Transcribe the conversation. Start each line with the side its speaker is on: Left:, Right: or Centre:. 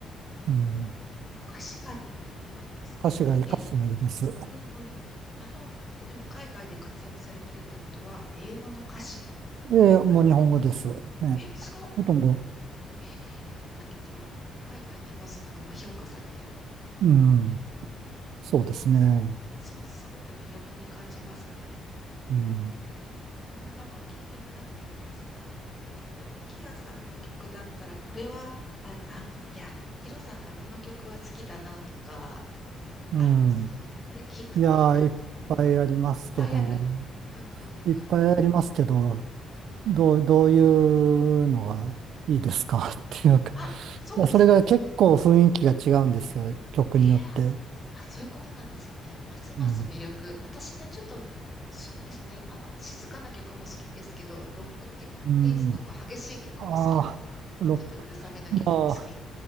Left: おー
Right: うん、
Left: 歌詞がいいです、いいわけですね。
Right: 歌詞がいい、
Left: え、
Right: 歌詞もいいです。
Left: うんうんうん。あの、え、でも海外で活躍されてるってことは、英語の歌詞ってことあれあ
Right: で、もう日本語です。ね。
Left: え、すごっ
Right: ほとんど、
Left: えーだけど、海外でもそのまま評価されてるっ
Right: うん、
Left: て。うわー、
Right: そうですね。
Left: そう、すごく魅力に感じますね。
Right: うん、
Left: うんわー、なんか聞いてみたくなりました。でコキアさんの曲だったら、これは、あ、あ、いや、ヒロさんがこの曲は好きだなとか、
Right: うん
Left: ありますこれ聞くといいかも。
Right: いやー、いっぱいありますけど、
Left: いっぱいあるうん、うん、
Right: いっぱいありますけど、
Left: うん、うん。
Right: どう、どういうのがいいですか <laughs> っていうか、
Left: あ、そうですね、
Right: いや、それが結構雰囲気が違うんですよ、
Left: そうです。
Right: 曲によって。
Left: いやー、あ、そういうことなんですね。ますます魅力。
Right: うん。
Left: 私ね、ちょっと、そうですね、あの、静かな曲も好きですけど、ロックテテイストの激しい曲も好きです。
Right: うん。ああ、ロック、
Left: ちょっとうるさめな曲も好き。
Right: まあ、